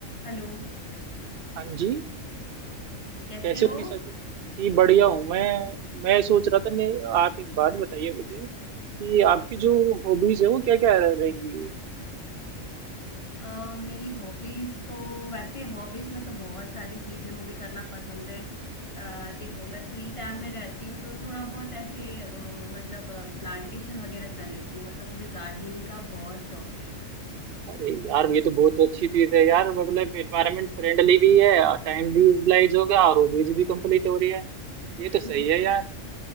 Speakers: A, on the left; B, on the right.
A: हेलो
B: हाँ जी
A: कैसे
B: कैसे
A: हो
B: हो निशा जी जी बढ़िया हूँ मैं मैं सोच रहा था मैं आप एक बात बताइए मुझे कि आपकी जो हॉबीज है वो क्या क्या रहेंगी
A: अ, मेरी हॉबीज तो वैसे हॉबीज में तो बहुत सारी चीजें मुझे करना पसंद है अ, देखो मैं फ्री टाइम में रहती हूँ तो थोड़ा बहुत ऐसे अ, मतलब प्लांटेशन वगैरह कर लेती हूँ मतलब मुझे गार्डनिंग का बहुत शौक है
B: अरे यार ये तो बहुत अच्छी चीज है यार मतलब एनवायरमेंट फ्रेंडली भी है टाइम भी यूटिलाइज हो गया और हॉबीज भी कंप्लीट हो रही है ये
A: <laughs>
B: तो सही है यार